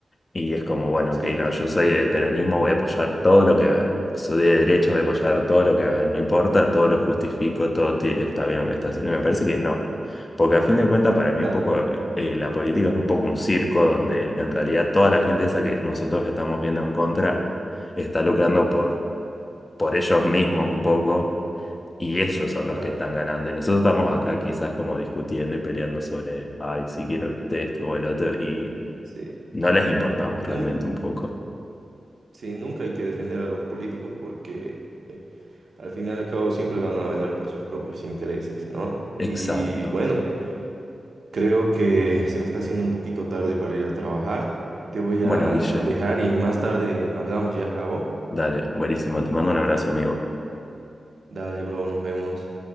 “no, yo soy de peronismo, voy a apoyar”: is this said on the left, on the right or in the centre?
Left